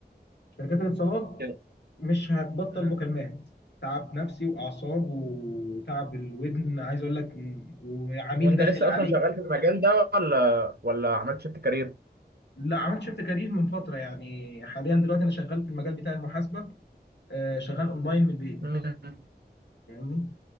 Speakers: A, on the left; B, on the right.
A: شركات الاتصالات
B: كده
A: مش هتبطل
B: امم
A: مكالمات تعب نفسي واعصاب وتعب الودن عايز اقول لك م- وعميل
B: وانت
A: داخل
B: لسه
A: عليك
B: اصلا شغال في المجال ده ولا ولا عملت شيفت كارير
A: لا عملت شيفت كارير من فتره يعني حاليا دلوقتي انا شغال في المجال بتاع المحاسبه آه، شغال اونلاين من البيت
B: امم
A: فاهمني